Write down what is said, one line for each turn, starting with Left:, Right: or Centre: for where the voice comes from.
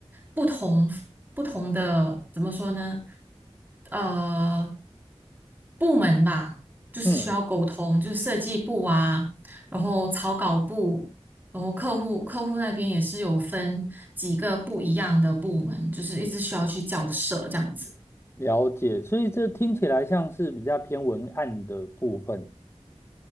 Right: 不同不同的怎么说呢？呃部门吧，就是需要沟通，
Left: 嗯，
Right: 就是设计部啊，然后草稿部，然后客户客户那边也是有分几个不一样的部门，就是一直需要去交涉这样子。
Left: 了解，所以这听起来像是比较偏文案的部分。